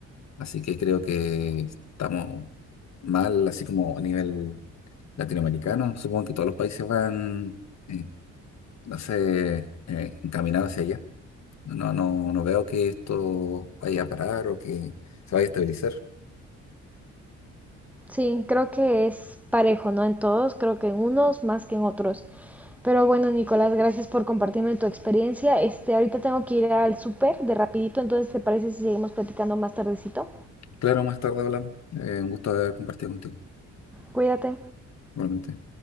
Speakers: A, on the left; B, in the centre.
A: Así que creo que estamos mal, así como a nivel latinoamericano. Supongo que todos los países van, eh, no sé, eh, encaminados hacia allá. No, no, no veo que esto vaya a parar o que se vaya a estabilizar.
B: Sí, creo que es parejo, ¿no? En todos, creo que en unos más que en otros. Pero bueno, Nicolás, gracias por compartirme tu experiencia. Este, ahorita tengo que ir al súper de rapidito, entonces ¿te parece si seguimos platicando más tardecito?
A: Claro, más tarde hablamos. Eh, un gusto haber compartido contigo,
B: Cuídate.
A: igualmente.